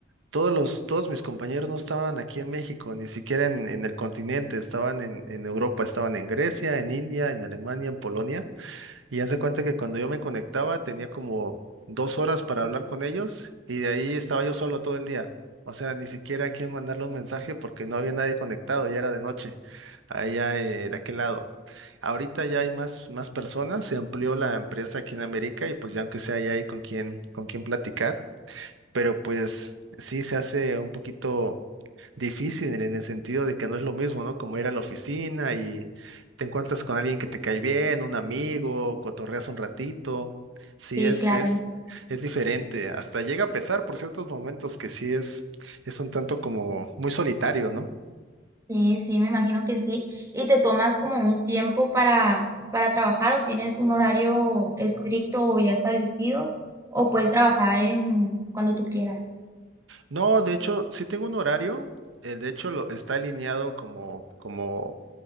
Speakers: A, on the right (about 85°); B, on the right (about 15°).
A: todos los, todos mis compañeros no estaban aquí en México, ni siquiera en, en el continente, estaban en, en Europa, estaban en Grecia, en India, en Alemania, en Polonia, y hace cuenta que cuando yo me conectaba tenía como dos horas para hablar con ellos, y de ahí estaba yo solo todo el día. O sea, ni siquiera a quién mandarle un mensaje porque no había nadie conectado, ya era de noche, allá eh, de aquel lado. Ahorita ya hay más, más personas, se amplió la empresa aquí en América y pues ya aunque sea ya hay con quién, con quién platicar pero pues sí se hace un poquito difícil en el sentido de que no es lo mismo, ¿no? Como ir a la oficina y te encuentras con alguien que te cae bien, un amigo, cotorreas un ratito. Sí,
B: Sí,
A: es,
B: claro.
A: es, es diferente. Hasta llega a pesar por ciertos momentos que sí es, es un tanto como muy solitario, ¿no?
B: Sí, sí, me imagino que sí. ¿Y te tomas como un tiempo para, para trabajar o tienes un horario estricto o ya establecido o puedes trabajar en cuando tú quieras?
A: No, de hecho, sí tengo un horario. eh, De hecho, lo, está alineado como, como